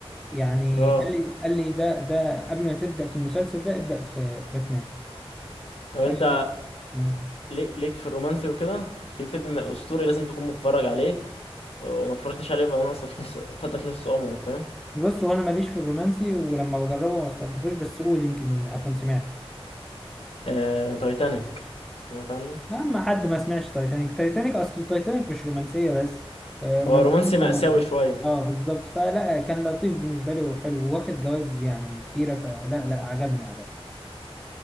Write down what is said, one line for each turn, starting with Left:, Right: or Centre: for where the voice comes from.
Centre: يعني
Left: اه
Centre: قال لي قال لي ده ده قبل ما تبدا في المسلسل ده ابدا في باتمان
Left: طب
Centre: ف
Left: انت
Centre: مم.
Left: لي- ليك في الرومانسي وكده في فيلم اسطوري لازم تكون متفرج عليه وما اتفرجتش عليه بقى ناقصك نص فاتك نص عمرك فاهم
Centre: بص هو انا ماليش في الرومانسي ولما بجربه ما استلطفوش بس قول يمكن اكون سمعت
Left: آه... تايتانيك سمعت عنه
Centre: لا ما حد ما سمعش تايتانيك تايتانيك اصل تايتانيك مش رومانسيه بس آه، رومانسيه
Left: هو رومانسي مأساوي
Centre: ومكتوب.
Left: شويه
Centre: اه بالظبط فلا كان لطيف بالنسبه لي وحلو واخد جوائز يعني كتيره فلا لا عجبني عجبني